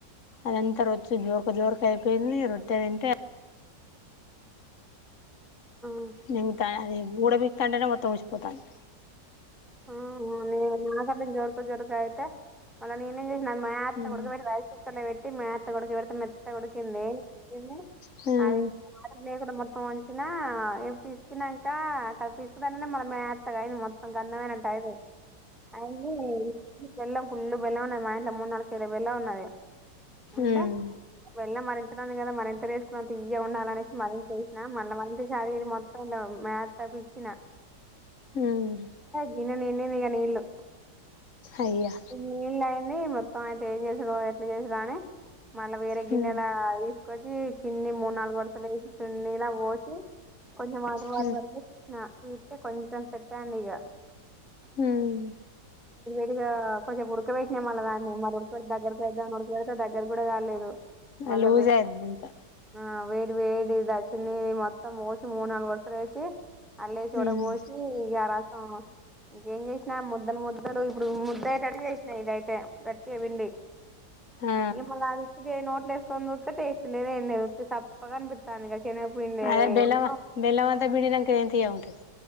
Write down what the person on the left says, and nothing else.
అదంతా రొచ్చి జోర్కు జోర్కు అయిపోయింది రొట్టే తింటే
మింగుతా అది ఉడబికుతంటనే మొత్తం ఉషపోతంది
హ్మ్
హ్మ్
హ్మ్
హ్మ్మ్
అయ్యా
హ్మ్
హ్మ్
హ్మ్
లూజ్
అయిద్ ఇంకా
హ్మ్
ఆ
అదే బెల్లం బెల్లం అంతా పిండినంక ఏం తియ్యగుంటది